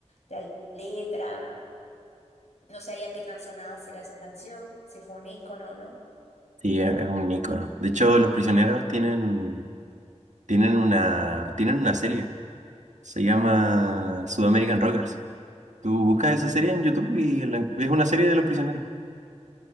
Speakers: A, on the left; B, on the right.
A: la letra, no sé ya qué tan sonada será esa canción, si fue un ícono, ¿no?
B: Sí, es, es un ícono. De hecho, Los Prisioneros tienen, tienen una, tienen una serie, se llama Sudamerican Rockers. Tú buscas esa serie en YouTube y la encu- es una serie de Los Prisioneros.